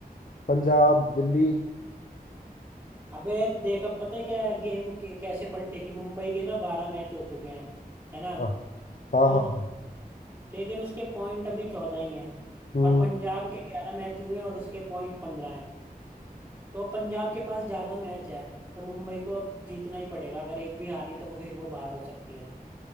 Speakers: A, on the left; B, on the right.
A: पंजाब दिल्ली
B: अबे देख अब पता है क्या है, गेम के कैसे पलटेगी मुंबई के ना बारह मैच हो चुके हैं है ना
A: हाँ हाँ
B: तो
A: हाँ
B: लेकिन उसके पॉइंट अभी चौदह ही हैं
A: हम्म
B: और पंजाब के ग्यारह मैच हुए हैं और उसके पॉइंट पंद्रह हैं तो अब पंजाब के पास ज़्यादा मैच है तो मुंबई को अब जीतना ही पड़ेगा अगर एक भी हारी तो वो फिर वो बाहर हो सकती है